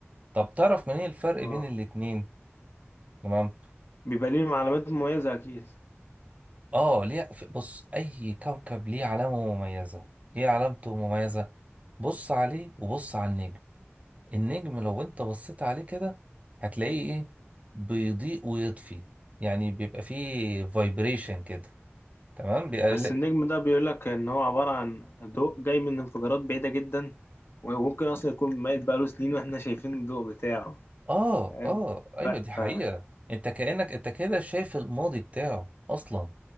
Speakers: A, on the right (about 30°); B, on the left (about 55°).
A: طب تعرف منين الفرق
B: اه
A: بين الاتنين تمام
B: بيبقى ليه علامات مميزة أكيد
A: آه ليه ف- بص أي كوكب ليه علامة مميزة ليه علامته مميزة بص عليه وبص على النجم النجم لو أنت بصيت عليه كده هتلاقيه إيه بيضيء ويطفي يعني بيبقى فيه فايبريشن كده تمام بيقل-
B: بس النجم ده بيقول لك إن هو عبارة عن ضوء جاي من انفجارات بعيدة جدا وممكن أصلا يكون ميت بقاله سنين وإحنا شايفين الضوء بتاعه
A: اه
B: فاهم
A: اه ايوه
B: ف... ف...
A: دي حقيقة انت كأنك انت كده شايف الماضي بتاعه اصلا